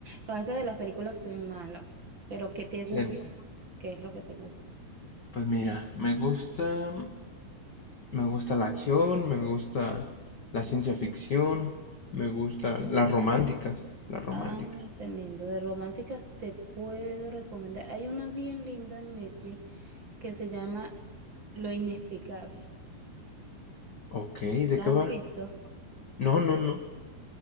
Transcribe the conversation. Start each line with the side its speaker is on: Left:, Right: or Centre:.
Right: con esto de las películas soy mala, pero ¿qué te
Left: Serio.
Right: gusta? ¿Qué es lo que te gusta?
Left: Pues mira, me gusta, me gusta la acción, me gusta la ciencia ficción, me gustan las románticas, las románticas.
Right: Ay, tan lindo. De románticas te puedo recomendar. Hay una bien linda en Netflix que se llama Lo Inexplicable.
Left: Ok, ¿de
Right: ¿La
Left: qué
Right: has
Left: va?
Right: visto?
Left: No, no, no.